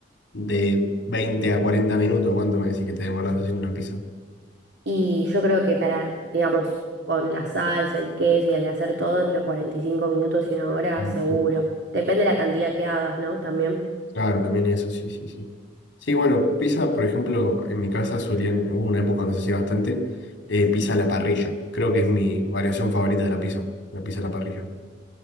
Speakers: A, on the left; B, on the right.
A: de 20 a 40 minutos, ¿cuánto me decís que te demoras haciendo una pizza?
B: Y yo creo que para, digamos, con la salsa, el queso y al hacer todo entre 45 minutos y una hora,
A: Mm,
B: seguro. Depende de la cantidad que hagas, ¿no? También.
A: Claro, también eso, sí, sí, sí. Sí, bueno, pizza, por ejemplo, en mi casa solían, hubo una época donde se hacía bastante, eh, pizza a la parrilla. Creo que es mi variación favorita de la pizza, la pizza a la parrilla.